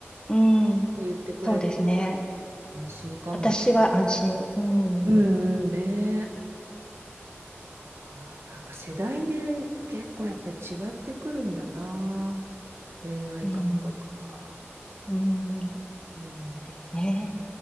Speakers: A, on the left; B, on the right.
A: うん。
B: 言ってくれたら
A: そうですね。
B: 安心かも。
A: 私は安心。うん、
B: うん
A: う
B: うんねえ。そうか。なんか世代で結構やっぱり違ってくるんだな。恋愛観とか。
A: ん、うん。
B: うん。
A: ですね。